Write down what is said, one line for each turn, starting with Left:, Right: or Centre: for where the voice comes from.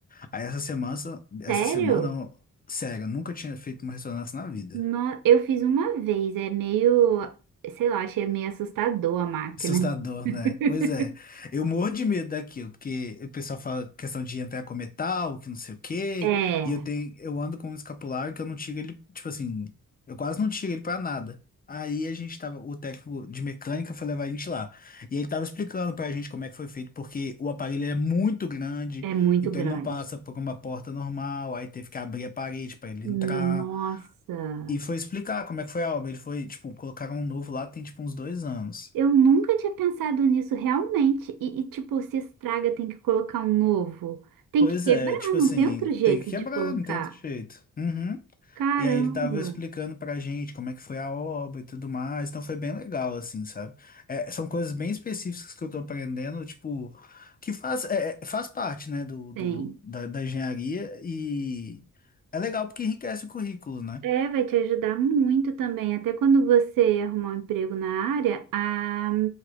Left: Aí essa semana, essa
Right: Sério?
Left: semana, eu- sério, eu nunca tinha feito uma ressonância na vida.
Right: No- eu fiz uma vez, é meio, sei lá, achei meio assustador a máquina.
Left: Assustador,
Right: <laughs>
Left: né? Pois é. Eu morro de medo daquilo, porque o pessoal fala questão de entrar com metal, que não sei o quê,
Right: É,
Left: e eu tenho, eu ando com um escapulário que eu não tiro ele, tipo assim, eu quase não tiro ele pra nada. Aí a gente tava, o técnico de mecânica foi levar a gente lá. E ele tava explicando pra gente como é que foi feito, porque o aparelho é muito grande,
Right: é muito
Left: então
Right: grande.
Left: ele não passa por uma porta normal, aí teve que abrir a parede pra ele
Right: Nossa,
Left: entrar. E foi explicar como é que foi a obra. Ele foi, tipo, colocaram um novo lá, tem tipo uns dois anos.
Right: eu nunca tinha pensado nisso realmente. E, e, tipo, se estraga, tem que colocar um novo. Tem
Left: Pois
Right: que quebrar,
Left: é, tipo
Right: não
Left: assim,
Right: tem outro jeito
Left: tem que quebrar,
Right: de colocar.
Left: não tem outro jeito. Uhum.
Right: Caramba,
Left: E aí ele tava explicando pra gente como é que foi a obra e tudo mais, então foi bem legal, assim, sabe? É, são coisas bem específicas que eu tô aprendendo, tipo, que faz, é, é, faz parte, né, do,
Right: tem.
Left: do, da, da engenharia e é legal porque enriquece o currículo, né?
Right: É, vai te ajudar muito também, até quando você arrumar um emprego na área, a,